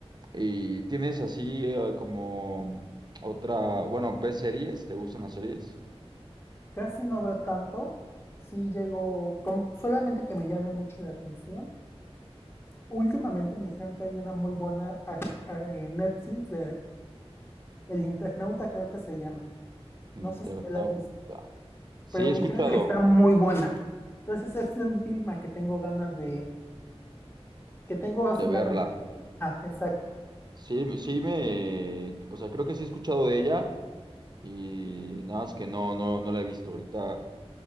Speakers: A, on the right; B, on the left.
A: y tienes así eh, como otra, bueno, ¿ves series? ¿Te gustan las series?
B: Casi no veo tanto. Sí llego, como solamente que me llame mucho la atención. Últimamente me dijeron que hay una muy buena en Netflix de El Internauta, creo que se llama.
A: El
B: No
A: Internauta.
B: sé si la viste.
A: Sí,
B: pero
A: he
B: me
A: escuchado
B: dijeron que está muy buena. Entonces es la última que tengo ganas de, que tengo así
A: de verla.
B: ganas de... Ah, exacto.
A: Sí, sí me, o sea, creo que sí he escuchado de ella y nada más que no, no, no la he visto ahorita.